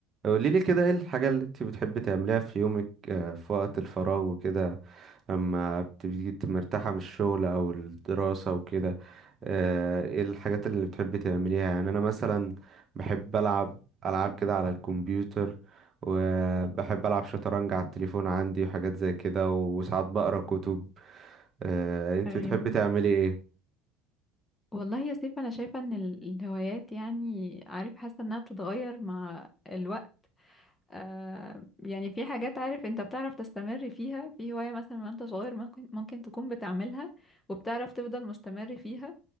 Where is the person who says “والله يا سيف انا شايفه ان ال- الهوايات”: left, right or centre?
Left